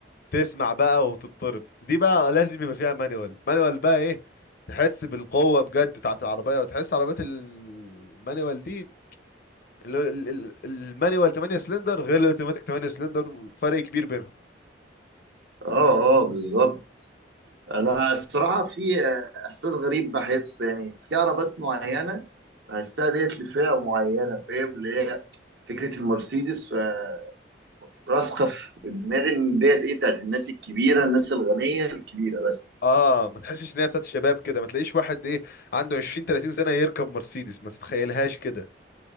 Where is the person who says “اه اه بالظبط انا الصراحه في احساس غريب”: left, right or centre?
Right